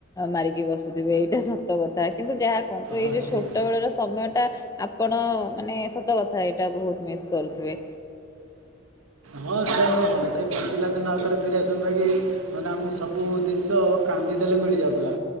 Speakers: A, on the left; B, on the right.
A: ମାରିକି ବସୁଥିବେ ଏଇଟା ସତ। କଥା କିନ୍ତୁ ଯାହା କୁହୁ ଏଇ
B: ହଁ
A: ଯୋଉ ଛୋଟ
B: ଠିକ୍
A: ବେଳର ଆପଣ ମାନେ ସତ କଥା ଏଇଟା ବହୁତ ମିସ୍ କରୁଥିବେ।
B: ହଁ ସେ ନୁହେଁ କଣ ସେ ପହଞ୍ଚିଲା ଦିନ ଆଉ ଥରେ ଫେରି ଆସନ୍ତା କି ମାନେ ଆମକୁ ସବୁ ଜିନିଷ କାନ୍ଦିଦେଲେ ମିଳିଯାଉଥିଲା